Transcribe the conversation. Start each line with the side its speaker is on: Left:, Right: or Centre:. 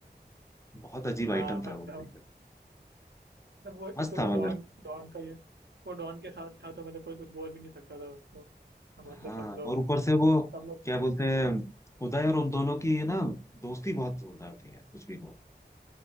Left: बहुत अजीब आइटम
Right: हाँ मतलब
Left: था वो भी।
Right: मतलब वो
Left: मस्त
Right: एक तो
Left: था
Right: वो डॉन
Left: मगर
Right: डॉन का ये वो डॉन के साथ था तो मतलब कोई कुछ बोल भी नहीं सकता था उसको तो
Left: हाँ
Right: मतलब सब लोग
Left: और ऊपर से वो
Right: सब लोग
Left: क्या बोलते हैं उदय और उन दोनों की ना दोस्ती बहुत जोरदार थी यार कुछ भी कहो